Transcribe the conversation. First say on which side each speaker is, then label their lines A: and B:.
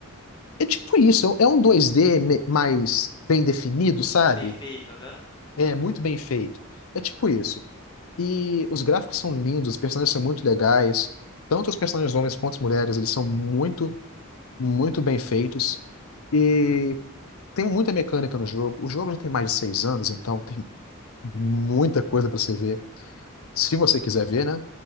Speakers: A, on the left; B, on the left.
A: É tipo isso, é um é um dois d me- mais bem definido, sabe?
B: Mas bem feito, aham.
A: É muito bem feito. É tipo isso. E os gráficos são lindos, os personagens são muito legais. Tanto os personagens homens quanto as mulheres, eles são muito, muito bem feitos. E tem muita mecânica no jogo. O jogo já tem mais de seis anos, então tem muita coisa para você ver, se você quiser ver, né?